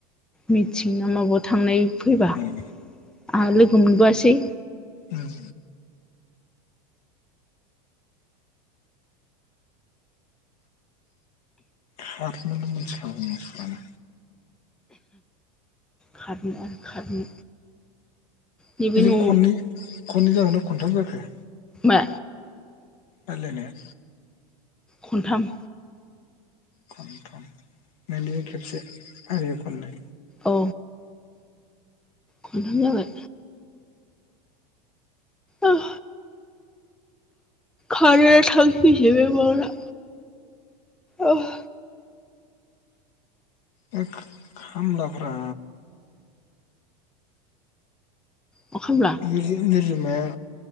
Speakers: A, in the centre; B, on the left.
A: मिथिं माबायाव थांनाय फैबा
B: उम
A: आंहा लोगो मोनबोआसै।
B: उम हाथ म सा
A: खारनो आरो खारनो नैबे
B: बेजों
A: न'
B: खननै खननै जाहोनाव खनथाम जाखो?
A: मा?
B: रायलायनाया?
A: खनथाम
B: खमथाम माने खेबसे आरो खननै
A: औ खनथाम जाबाय। अह खारा थावैसै बे बावा। अह
B: बे खामलाब्रा।
A: मा खालामला
B: निरजि -निरजिमाया